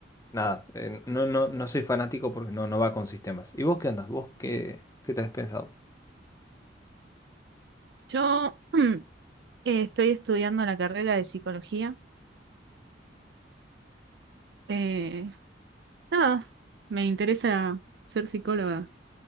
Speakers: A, on the left; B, on the right.
A: nada, eh, no, no, no soy fanático porque no, no va con sistemas. ¿Y vos qué andas? ¿Vos qué, qué tenés pensado?
B: Yo mm, eh, estoy estudiando la carrera de psicología. Eh, nada, me interesa ser psicóloga,